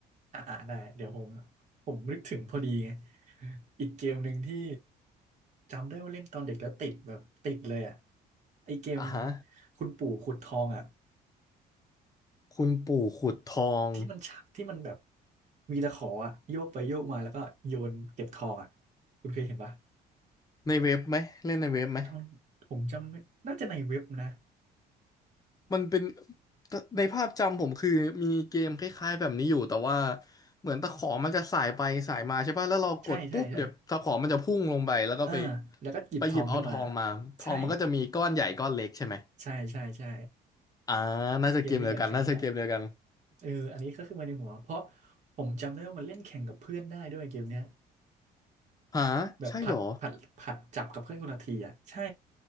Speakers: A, on the right; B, on the left.
A: อ่าอ่าได้เดี๋ยวผมผมนึกถึงพอดีไงอีกเกมหนึ่งที่จำได้ว่าเล่นตอนเด็กแล้วติดแบบติดเลยอ่ะไอเกม
B: อ่ะฮะ
A: คุณปู่ขุดทองอ่ะ
B: คุณปู่ขุดทอง
A: ที่มันฉะที่มันแบบมีตะขออ่ะโยกไปโยกมาแล้วก็โยนเก็บทองอ่ะคุณเคยเห็นปะ
B: ในเว็บไหมเล่นในเว็บไหม
A: จำผมจำไม่น่าจะในเว็บนะ
B: มันเป็นในภาพจำผมคือมีเกมคล้ายๆแบบนี้อยู่แต่ว่าเหมือนตะขอมันจะสายไปสายมาใช่ป่ะแล้วเรากดปุ๊บเดี๋ยวตะขอมันจะพุ่งลงไปแล้วก็ไป
A: ใช่ใช่ใช่เออแล้วก็หยิบทองขึ้นมา
B: ไปหยิบเอาทองมาทองมันก็จะมีก้อนใหญ่ก้อนเล็กใช่ไหม
A: ใช่ใช่ใช่ใช่
B: อ่าน่าจะเกมเดียวกันน่าจะเกมเดียวกัน
A: เกมนี้แหละเกมนี้แหละ เอออันนี้ก็ขึ้นมาในหัว เพราะผมจำได้ว่ามันเล่นแข่งกับเพื่อนได้ด้วยเกมเนี้ย
B: <laughs> หาใช่เหรอ
A: แบบผัดผัดผัดจับกับเพื่อนคนละทีอ่ะใช่